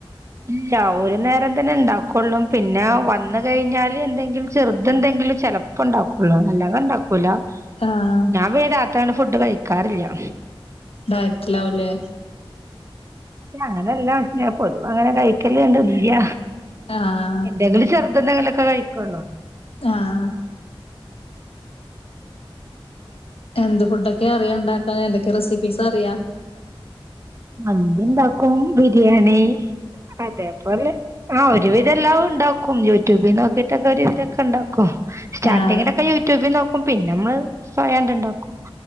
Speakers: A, on the right (about 30°); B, on the left (about 80°).
A: ഇല്ല ഒരു നേരം തന്നെ ഇണ്ടാക്കൊള്ളൂ പിന്നെ വന്ന് കെയിഞ്ഞാല് എന്തെങ്കിലും ചെറ്ത് എന്തെങ്കിലും ചെലപ് ഇപ്പ ഉണ്ടാക്കൊള്ളൂ അല്ലാതെ ഇണ്ടാക്കൂല
B: ആഹ്
A: ഞാൻ പിന്നെ രാത്രിങ്ങനെ ഫുഡ് കഴിക്കാറില്യ
B: ടയറ്റിലാവുലേ
A: അങ്ങനെ എല്ലാ പൊതുവെ അങ്ങനെ കഴിക്കല് ണ്ട് ഇല്ല
B: ആഹ്
A: എന്തെങ്കിലും ചെർദെന്തെങ്കിലൊക്കെ കഴിക്കാെള്ളാെ
B: താഹ് എന്ത് ഫുഡൊക്കെ അറിയാ ഉണ്ടാക്കാ ഏതൊക്കെ റെസിപ്പീസ് അറിയാ
A: മന്തി ഇണ്ടാക്കും ബിരിയാണി അതേപോലെ ആഹ് ഒരു വിധംഎല്ലാവും ഉണ്ടാക്കും യൂട്യൂബിൽ നോക്കിട്ടൊക്കെ ഒരുവിധൊക്കെ ഉണ്ടാക്കും സ്റ്റാർട്ടിങ്ങിലൊക്കെ
B: ആഹ്
A: യൂട്യൂബിൽ നോക്കും പിന്നെ നമ്മള് സ്വയം അങ്ങണ്ട് ഉണ്ടാക്കും.